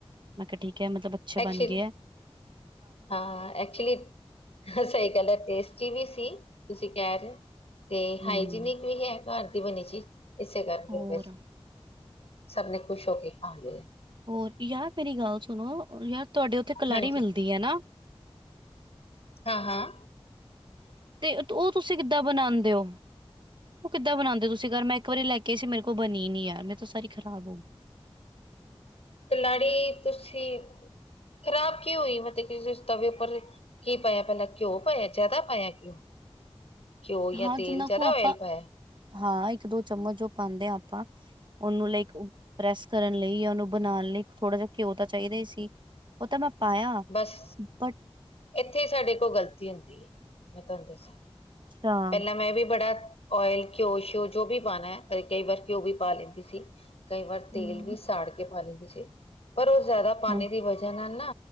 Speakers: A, on the right; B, on the left.
A: ਮੈਂ ਕਿਆ ਠੀਕ ਹੈ ਮਤਲਬ ਅਛੇ
B: ਐਕਚੁਲੀ
A: ਬਣ ਗਏ ਐ।
B: ਹਾਂ, ਐਕਚਲੀ ਸਹੀ ਗੱਲ ਏ ਟੇਸਟੀ ਵੀ ਸੀ, ਤੁਸੀਂ ਕੈ ਰੇ ਤੇ
A: ਹੂੰ
B: ਹਾਈਜੀਨਿਕ ਵੀ ਹੈ। ਘਰ ਦੀ ਬਣੀ ਚੀਜ਼ ਇਸੇ ਕਰਕੇ
A: ਹੋਰ
B: ਫੇਰ ਸਭ ਨੇ ਖੁਸ਼ ਹੋ ਕੇ ਖਾ ਲੇ ਐ।
A: ਹੋਰ, ਯਾਰ ਮੇਰੀ ਗੱਲ ਸੁਣੋ ਯਾਰ ਤੁਐਡੇ ਓਥੇ ਕਲਾੜੀ
B: ਹਾਂਜੀ
A: ਮਿਲਦੀ ਐ ਨਾ।
B: ਹਾਂ, ਹਾਂ।
A: ਤੇ ਓਹ ਤੁਸੀਂ ਕਿੱਦਾਂ ਬਣਾੰਦੇ ਔ? ਓਹ ਕਿੱਦਾਂ ਬਣਾੰਦੇ ਤੁਸੀਂ ਗਰ ਮੈਂ ਇੱਕ ਵਾਰੀ ਲੈ ਕੇ ਆਈ ਸੀ, ਮੇਰੇ ਕੋਲ ਬਣੀ ਨੀ ਯਾਰ ਮੇਰੇ ਤੋ ਸਾਰੀ ਖਰਾਬ ਹੋ ਗੀ
B: ਕਲਾੜੀ ਤੁਸੀਂ ਖਰਾਬ ਕਿਉਂ ਹੂਈ ਮਤੇ ਕਿ ਜਿਸ ਤਵੇ ਉੱਪਰ ਕੀ ਪਾਯਾ ਪੈਲਾਂ, ਘਿਉਂ ਪਾਯੈ, ਜੈਦਾ ਪਾਯੈ ਘਿਉਂ?
A: <inaudible>
B: ਘਿਓ ਯਾ
A: ਹਾਂ
B: ਤੇਲ
A: ਜਿੰਨਾ
B: ਜੈਦਾ
A: ਕੁ ਆਪਾਂ
B: ਔਇਲ ਪਾਯੈ।
A: ਹਾਂ, ਇੱਕ ਦੋ ਚਮਚ ਜੋ ਪਾੰਦੇ ਆਂ ਆਪਾਂ ਓਨੂੰ ਲਾਈਕ ਪ੍ਰੈਸ ਕਰਨ ਲਈ ਯਾ ਓਨੂੰ ਬਣਾਣ ਲਈ ਥੋੜ੍ਹਾ ਜਾ ਘਿਓ ਤਾਂ ਚਾਈਦਾ ਹੀ ਸੀ ਓਹ ਤਾਂ ਮੈਂ ਪਾਇਆ
B: ਬਸ
A: ਬਟ
B: ਏਥੇ ਸਾਡੇ ਕੋਲ ਗਲਤੀ ਹੁੰਦੀ ਏ, ਮੈਂ ਤੁਆਨ ਦੱਸਾਂ।
A: ਅੱਛਾ
B: ਪੈਲਾਂ ਮੈਂ ਵੀ ਬੜਾ ਓਇਲ, ਘਿਓ ਸ਼ਿਓ ਜੋ ਵੀ ਪਾਣੈ ਕਈ ਕਈ ਵਾਰ ਘਿਓ ਵੀ ਪਾ ਲੈਂਦੀ ਸੀ। ਕਈ ਵਾਰ ਤੇਲ
A: ਹੂੰ
B: ਵੀ ਸਾੜ ਕੇ ਪਾ ਲੈਂਦੀ ਸੀ, ਪਰ ਓਹ ਜੈਦਾ ਪਾਣੇ
A: ਹੂੰ
B: ਦੀ ਵਜ੍ਹਾ ਨਾਲ ਨਾ